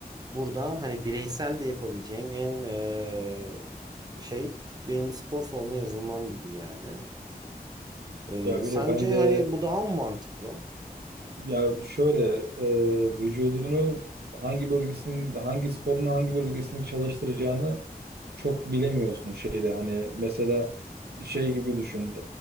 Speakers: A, on the right (about 25°); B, on the right (about 85°).
A: burada hani bireysel de yapabileceğim en e, şey benim bir spor salonuna yazılmam gibi yani. E,
B: Ya öyle
A: sence
B: ben de
A: hani bu daha mı mantıklı?
B: Ya şöyle e, vücudunu hangi bölgesinin hangi sporun hangi bölgesini çalıştıracağını çok bilemiyorsun şeyde hani mesela şey gibi düşün